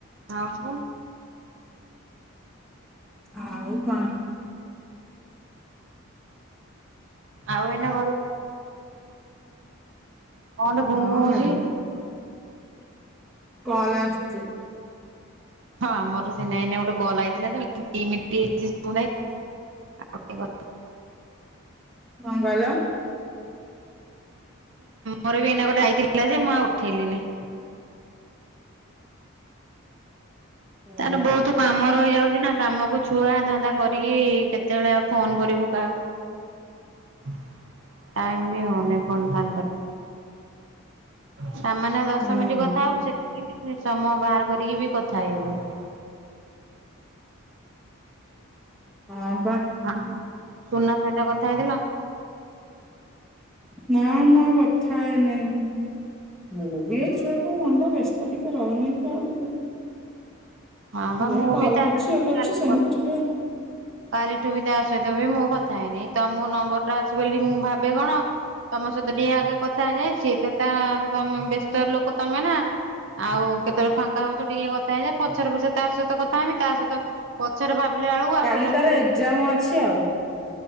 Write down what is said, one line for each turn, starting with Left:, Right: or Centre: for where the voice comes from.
Right: ଆ ବୋ
Centre: ଆଉ କଣ?
Right: ଆଉ ଏଇନା ଘରେ କଣ ଟେ ଘୁଁ
Centre: ହଁ
Right: ଘୁଁ ହୋଉଚି?
Centre: ଘରେ କଲ୍ ଆସୁଚି।
Right: ହଁ ଆମର ସେଇନା ଏଇନା ଗୋଟେ କଲ୍ ଆଇଥିଲା ଯେ ହେଲା ଦି ମିନିଟ୍ ହେଇଚି ସମୁଦାୟ ହେ କଟି ଗଲା।
Centre: କଣ କହିଲ?
Right: ମୋର ବି ଏଇନା ଗୋଟେ ଆସିଥିଲା ଯେ ମୁଁ ଆଉ ଉଠେଇଲିନି।
Centre: ହଁ
Right: ତାର ବୋହୁତୁ କାମ ରହିଯାଉଛି ନା କାମକୁ ଛୁଆ ଧନ୍ଦା କରିକି କେତେବେଳେ ଆଉ ଫୋନ୍ କରିବୁ କାହାକୁ। ଟାଇମ୍ ବି ହୋଉନି ଫୋନ୍ ଫାନ୍‌ କରି ସାମାନ୍ୟ ଦଶ
Centre: ହୁଁ
Right: ମିନିଟ କଥା ହୋବୁ ସେତିକି ସମୟ ବାହାର କରିକି ବି କଥା ହେଇହବନି।
Centre: ହଁ ପା।
Right: ହଁ ସୁନା ସହିତ କଥା ହେଇଥିଲ?
Centre: ନା ମୁଁ କଥା ହେଇ ନାହିଁ। ମୁଁ ବି ଏଇ ଛୁଆ କୁ ରଧ ବ୍ୟସ୍ତ ଟିକେ ରହୁନାହି ତ ଆଉ।
Right: ହଁ ବା
Centre: ଯିଏ
Right: ମୁଁ
Centre: କଲ୍
Right: ବି ତା
Centre: କରିଛି
Right: ସହିତ
Centre: ଇଏ
Right: ବି
Centre: କରିଛି
Right: କାଲିଠୁ
Centre: ସେମିତି
Right: କଥା
Centre: ଥିବ ଆଉ।
Right: କାଲିଠୁ ବି ତା ସହିତ ବି ମୁଁ କଥା ହେଇନିଁ ତମୋ ନମ୍ବର ଟା ଅଛି ବୋଲି ମୁଁ ଭାବେ କଣ ତମ ସହିତ ଟିକେ ଆଗେ କଥା ଯାଇଛି ତ ତମେ ବ୍ୟସ୍ତ ଲୋକ ତମେ ନା। ଆଉ କେତେବେଳେ ଫାଙ୍କା ହୋଉଛ ଟିକେ କଥା ହେଇଯାଏ ପଛରେ ପଛରେ ତା ସହିତ କଥା ହେବି ତା ସହିତ ପଛରେ ଭାବିଲା ବେଳକୁ ଆଉ
Centre: କାଲି
Right: ଟୋ
Centre: ତାର ଏକ୍ଜାମ ଅଛି ଆଉ।